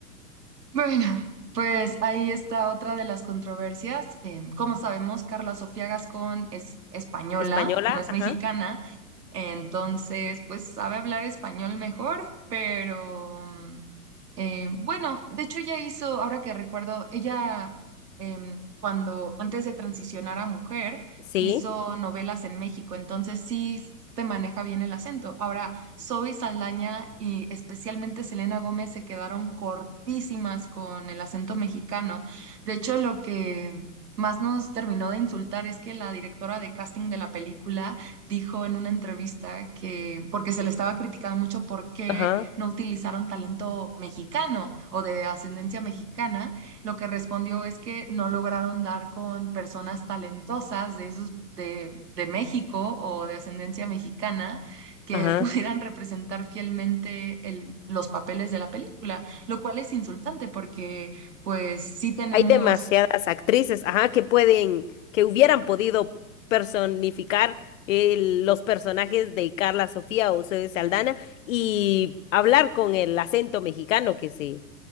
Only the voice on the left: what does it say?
Española,
ajá.
Sí,
ajá,
ajá.
Hay demasiadas actrices, ajá, que pueden, que hubieran podido personificar eh, los personajes de Carla Sofía o Zoe Saldana y hablar con el acento mexicano que se